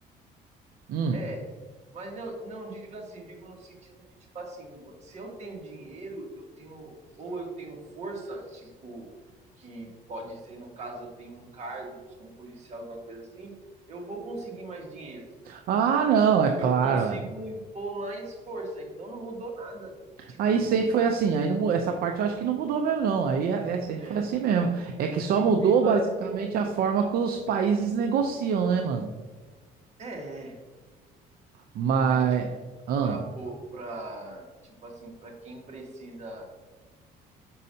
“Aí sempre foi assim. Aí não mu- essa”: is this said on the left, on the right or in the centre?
Right